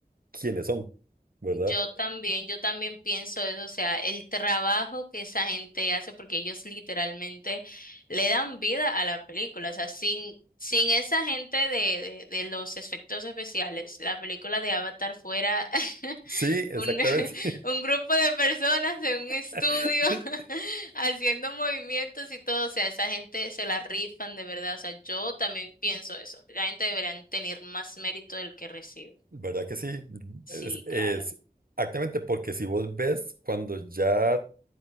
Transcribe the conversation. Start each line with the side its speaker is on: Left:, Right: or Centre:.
Right: quiénes son, ¿verdad?
Left: Yo también, yo también pienso eso, o sea, el trabajo que esa gente hace, porque ellos literalmente le dan vida a la película, o sea, sin, sin esa gente de, de, de los efectos especiales, la película de Avatar fuera <laughs>
Right: Sí, exactamente.
Left: un, <laughs> un grupo de personas en un estudio
Right: <laughs>
Left: <laughs> haciendo movimientos y todo, o sea, esa gente se la rifan de verdad, o sea, yo también pienso eso, la gente deberán tener más mérito del que recibe.
Right: ¿Verdad que sí?
Left: Sí,
Right: Es, es-
Left: claro.
Right: exactamente porque si vos ves cuando ya